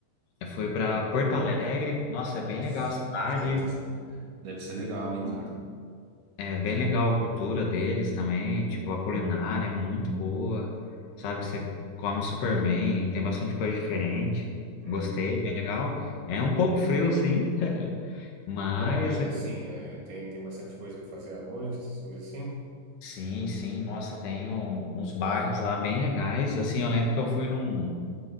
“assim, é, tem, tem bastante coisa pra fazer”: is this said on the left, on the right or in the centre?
Right